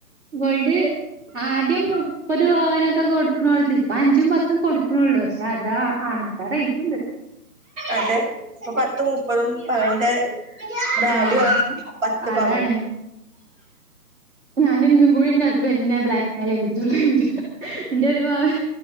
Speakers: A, on the right (about 30°); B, on the right (about 55°).
A: ഗോൾഡ് ആദ്യം മുപ്പത് വനൊക്കെ കൊടുക്കണടു അഞ്ചും പത്തും കൊടുക്കണള്ളൂ പക്ഷെ അതാ അന്നത്തൊ റേറ്റ് ഇണ്ട്
B: അതെ ഇപ്പൊ പത്തും മുപ്പതും പവന്റെ വാല്യൂ
A: ആഹ്
B: ആണ് പത്ത്
A: അതാണ്
B: പവൻ
A: ഞാൻഇന്നുംകൂടി എന്റെ <inaudible> ന്നെ ബ്ലാക്ക്മെയിൽ <inaudible> എന്റെ ഒരു പവൻ